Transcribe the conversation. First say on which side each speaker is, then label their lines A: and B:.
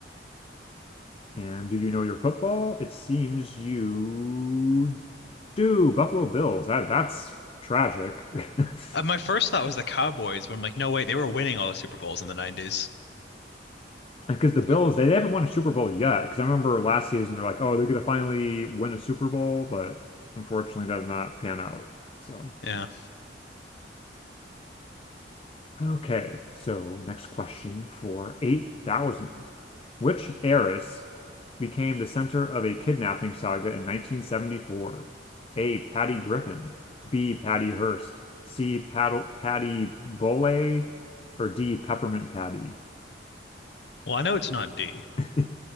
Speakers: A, on the left; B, on the left.
A: And do you know your football? It seems you do. Buffalo Bills. That that's tragic. <laughs>
B: Uh, my first thought was the Cowboys, but I'm like, no, wait, they were winning all the Super Bowls in the 90s.
A: Because the Bills,
B: Wh-
A: they, they haven't won a Super Bowl yet. Because I remember last season, they're like, oh, they're going to finally win a Super Bowl. But unfortunately, that did not pan out. So,
B: Yeah.
A: okay. So, next question for 8,000. Which heiress became the center of a kidnapping saga in 1974? A. Patty Griffin, B. Patty Hearst, C. Paddle, Patty Bole, or D. Peppermint Patty?
B: Well, I know it's not D.
A: <laughs>